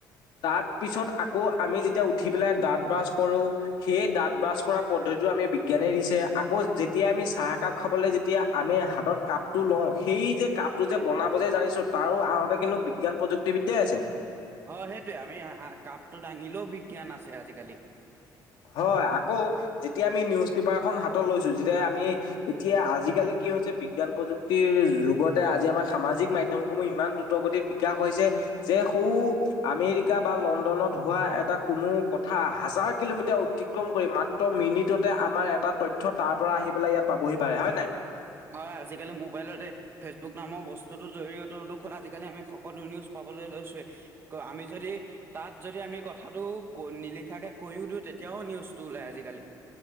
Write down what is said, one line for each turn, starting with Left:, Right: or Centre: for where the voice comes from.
Left: তাৰপিছত আকৌ আমি যেতিয়া উঠি পেলাই দাঁত ব্ৰাছ কৰো। সেই দাঁত ব্ৰাছ কৰা পদ্ধতিটো আমি বিজ্ঞানে দিছে আকৌ যেতিয়া আমি চাহ একাপ খাবলৈ যেতিয়া আমি হাতত কাপ টো লওঁ, সেই যে কাপটো যে বনাব যে জানিছো তাৰো আৰতে কিন্তু বিজ্ঞান প্ৰযুক্তিবিদ্যাই আছে।
Right: হয় সেইটোৱে আমি হা কাপটো দাঙিলেও বিজ্ঞান আছে আজিকালি।
Left: হয় আকৌ, যেতিয়া আমি নিউজ পেপাৰ এখন হাতত লৈছো যেতিয়া আমি এতিয়া আজিকালি কি হৈছে বিজ্ঞান প্ৰযুক্তিৰ যুগ তে আজি আমাৰ সামাজিক মাধ্যমসমূহ ইমান দ্ৰুতগতিত বিকাশ হৈছে। যে সৌ আমেৰিকা বা লণ্ডনত হোৱা এটা কোনো কথা হাজাৰ কিলোমিটাৰ অতিক্ৰম কৰি মাত্ৰ মিনিটতে আমাৰ এটা তথ্য তাৰ পৰা আহি পেলাই ইয়াত পাবহি পাৰে হয় নাই?
Right: হয় আজিকালি মোবাইলতে ফেচবুক নামৰ বস্তুটোৰ জৰিয়তে দুখোন আজিকালি আমি সকলো নিউজ পাবলৈ লৈছোৱে। আকৌ আমি যদি তাত যদি আমি কথাটো ক নিলিখাকে কৈও দিওঁ তেতিয়াও নিউজটো ওলাই আজিকালি।